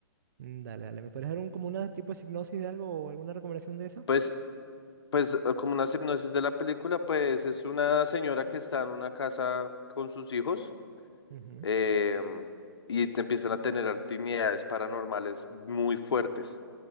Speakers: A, on the right; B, on the left.
A: Mm, Dale, dale. ¿Me puedes dar un, como una tipo de sinopsis de algo o alguna recomendación de esa?
B: Pues, pues eh, como una hipnosis de la película, pues es una señora que está en una casa con sus hijos
A: Ujú.
B: eh, y te empiezan a tener actividades paranormales muy fuertes.